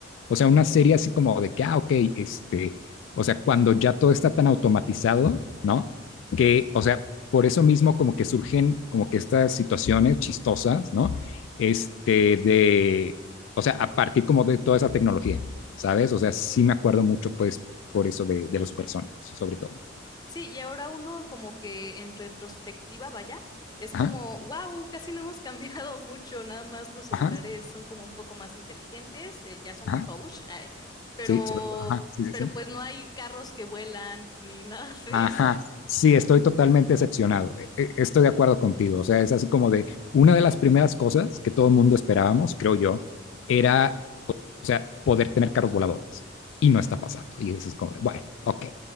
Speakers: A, on the left; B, on the left.
A: O sea, una serie así como de que, ah, ok, este, o sea, cuando ya todo está tan automatizado, ¿no? Que, o sea, por eso mismo como que surgen como que estas situaciones chistosas, ¿no? este, de, o sea, a partir como de toda esa tecnología, ¿sabes? O sea, sí me acuerdo mucho, pues, por eso de, de los supersónicos, sobre todo.
B: Sí, y ahora uno como que en retrospectiva, vaya, es como,
A: Ajá,
B: wow, casi no hemos <laughs> cambiado mucho, nada más los celulares
A: ajá,
B: son como un poco más inteligentes, eh, ya son
A: ajá,
B: touch, eh, pero,
A: sí, sobre todo, ajá, sí, sí,
B: pero
A: sí.
B: pues no hay carros que vuelan ni nada <laughs> de
A: Ajá,
B: eso.
A: sí, estoy totalmente decepcionado. E- e- Estoy de acuerdo contigo. O sea, es así como de una de las primeras cosas que todo el mundo esperábamos, creo yo, era O sea, poder tener carros voladores. Y no está pasando. Y eso es como, bueno, ok.